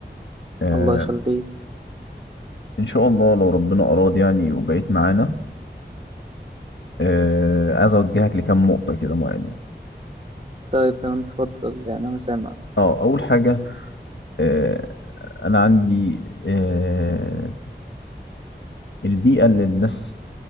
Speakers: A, on the left; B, on the right.
A: آه
B: الله يخلّيك.
A: ان شاء الله لو ربنا اراد يعني وبقيت معانا آه عايز اوجهك لكام نقطة كده معينين
B: طيب تمام، اتفضل، يعني أنا سامع.
A: اه اول حاجة آه انا عندي آه البيئة اللي الناس